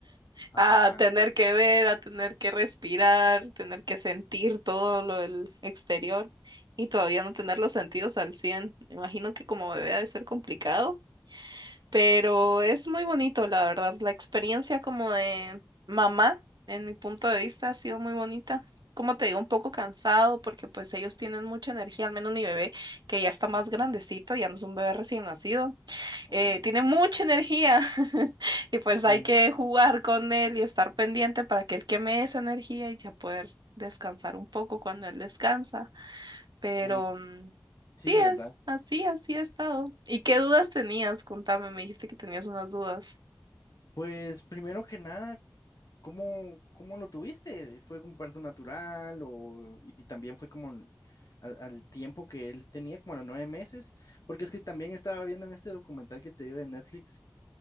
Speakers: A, on the left (about 50°); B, on the right (about 80°).
A: Ajá.
B: a tener que ver, a tener que respirar, tener que sentir todo lo del exterior y todavía no tener los sentidos al 100. Me Imagino que como bebé ha de ser complicado, pero es muy bonito, la verdad. La experiencia como de mamá, en mi punto de vista, ha sido muy bonita. Como te digo, un poco cansado porque pues ellos tienen mucha energía, al menos mi bebé, que ya está más
A: Ujú.
B: grandecito, ya no es un bebé recién nacido
A: Oh,
B: eh, tiene mucha energía <laughs> y pues hay
A: me
B: que
A: imagino.
B: jugar con él y estar pendiente para que él queme esa energía y ya poder descansar un poco cuando él descansa. Pero
A: Eh,
B: mm,
A: sí,
B: sí es,
A: ¿verdad?
B: así, así ha estado. ¿Y qué dudas tenías? Contame, me dijiste que tenías unas dudas.
A: Pues primero que nada, ¿Cómo, cómo lo tuviste? ¿Fue un parto natural o y también fue como en- al, al tiempo que él tenía, como a los nueve meses? Porque es que también estaba viendo en este documental que te digo de Netflix